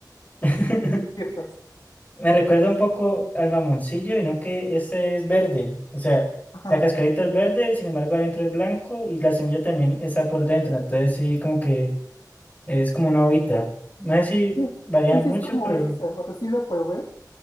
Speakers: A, on the left; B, on the left.
A: <laughs>
B: Son deliciosas.
A: Me recuerda un poco al mamoncillo, y no que ese es verde. O sea,
B: Ajá.
A: la cascarita es verde, sin embargo, adentro es blanco y la semilla también está por dentro. Entonces, sí, como que es como una hojita. No sé si
B: Sí,
A: varían
B: sí, sí,
A: mucho,
B: es como
A: pero.
B: eso. O sea, sí lo probé.